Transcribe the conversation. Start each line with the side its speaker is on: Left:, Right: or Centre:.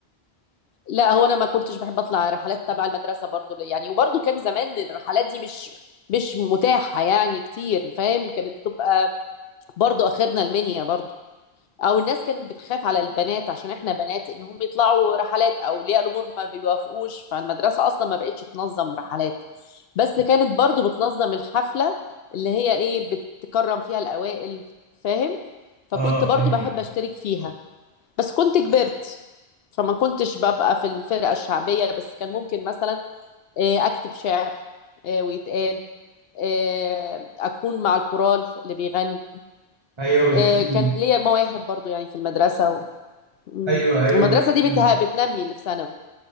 Left: لا هو انا ما كنتش بحب اطلع رحلات تبع المدرسه برضو يعني وبرضو كان زمان الرحلات دي مش مش متاحه يعني كتير فاهم كانت بتبقى برضو اخرنا المنيا برضو او الناس كانت بتخاف على البنات عشان احنا بنات ان هم يطلعوا رحلات او اولياء الامور ما بيوافقوش فالمدرسه اصلا ما بقتش تنظم رحلات بس كانت برضو بتنظم الحفله اللي هي ايه بتكرم فيها الاوائل فاهم فكنت
Right: اه
Left: برضو
Right: ايوه
Left: بحب
Right: ايوه
Left: اشترك فيها بس كنت كبرت فما كنتش ببقى في الفرقة الشعبية بس كان ممكن مثلا آه، أكتب شعر آه، ويتقال آه، أكون مع الكورال اللي بيغني
Right: ايوه قلت
Left: آه،
Right: لي
Left: كان ليا مواهب برضو يعني في المدرسة و... مم.
Right: ايوه ايوه
Left: والمدرسة
Right: قلت
Left: دي
Right: لي
Left: بتها... بتنمي اللي في ثانوي